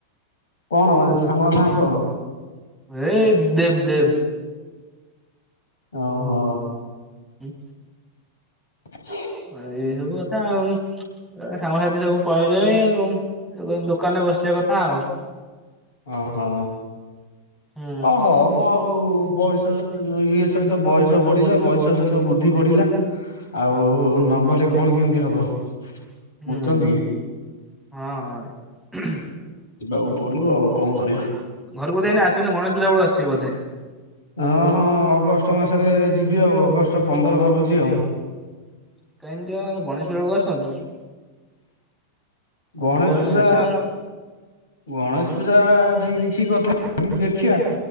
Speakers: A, on the left; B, in the centre.
A: କଣ ମାନେ ସାଙ୍ଗ ନାଁ କଣ?
B: ହେଇ ଦେବ୍ ଦେବ୍
A: ଓହୋ।
B: ହୁଁ।
A: ହ <unintelligible>
B: ଏଇ ସବୁ କଥା ଆଉ। ଏ ସାଙ୍ଗସାଥି ସବୁ ପଳେଇଲେଣି ଦୋକାନରେ ବସିବା କଥା ଆଉ।
A: ଓହୋ
B: ହୁଁ
A: ଅ ହଉ ମୁଁ ଆଉ ବୟସ ଇଏ ସହିତ ବୟସ ବଢିଲା ବୟସ ସହିତ ବୁଦ୍ଧି ବଢିଲା। ଆଉ ନଗଲେ କଣ କେମିତି ହବ
B: ହୁଁ
A: ବୁଝଚନ୍ତି କି?
B: ହଁ <unintelligible>
A: ଯିବାକୁ ପଡିବ ଆଉ କଣ କରିବା।
B: ଘରୁକୁ ତ ଏଇନା ଆସିବନି ଗଣେଶ ପୂଜା ବେଳକୁ ଆସିବ ବୋଧେ?
A: ଅଁ ହଁ ଅଗଷ୍ଟ ମାସରେ ଯିବି ଆଉ ଅଗଷ୍ଟ ପନ୍ଦର ଭାବୁଚି ଆଉ।
B: <unintelligible> ଗଣେଶପୂଜା ବେଳକୁ ଆସନ୍ତୁ।
A: ଗଣେଶ
B: ବେଳକୁ
A: ପୂଜା
B: କାଇଁ ଆସିବେ
A: ଗଣେଶ ପୂଜା ଠେଇଁ କିଛି କଥା ନାହିଁ ଦେଖିଆ